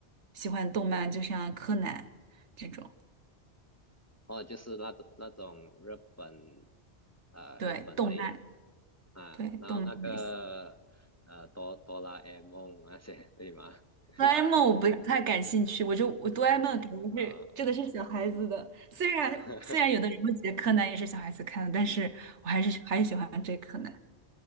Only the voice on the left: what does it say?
哦，就是那种那种日本呃日本类的
啊，
然后那个呃哆哆啦
A 梦那些对吗？<laughs>
呃
<laughs>，